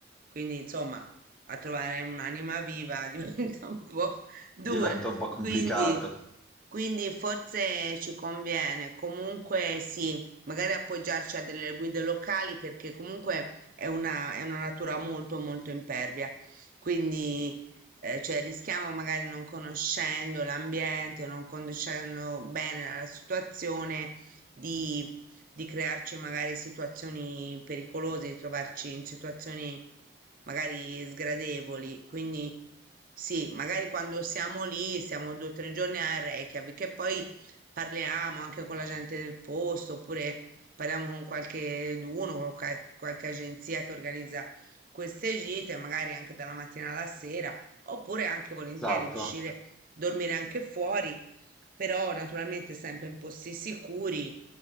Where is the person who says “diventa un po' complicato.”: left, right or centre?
Centre